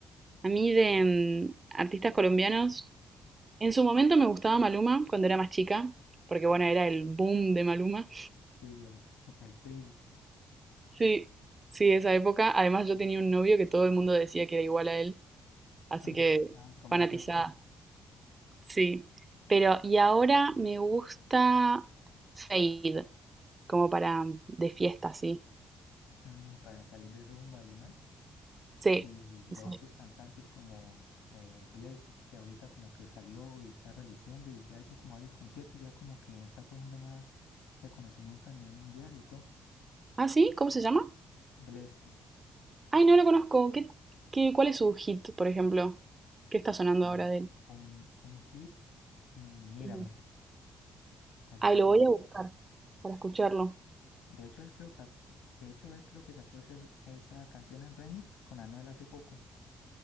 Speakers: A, on the right; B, on the left.
A: A mí de mm, artistas colombianos, en su momento me gustaba Maluma cuando era más chica, porque bueno, era el boom de Maluma.
B: Sí, el, <laughs> el Pridi.
A: Sí, sí, esa época. Además yo tenía un novio que todo el mundo decía que era igual a él,
B: <laughs>
A: así que
B: Ah, con
A: fanatizada.
B: más razón.
A: Sí, pero y ahora me gusta Fade, como para mm, de fiesta, sí.
B: Mm, para salir de rumba y demás.
A: Sí,
B: Y los
A: sí.
B: otros cantantes como eh, Bless, que ahorita como que salió y está reluciendo y ya ha hecho como varios conciertos y ya como que está cogiendo más reconocimiento a nivel mundial y todo.
A: ¿Ah, sí? ¿Cómo se llama?
B: Bless.
A: Ay, no lo conozco. ¿Qué, qué- cuál es su hit, por ejemplo? ¿Qué está sonando
B: A
A: ahora
B: ver,
A: de él?
B: un, un hit, mm, Mírame,
A: Ujú.
B: así
A: Ay,
B: se
A: lo
B: llama.
A: voy a buscar para escucharlo.
B: De hecho, él creo que, ac- de hecho, él creo que sacó ese- esa canción en remix con Anuel hace poco.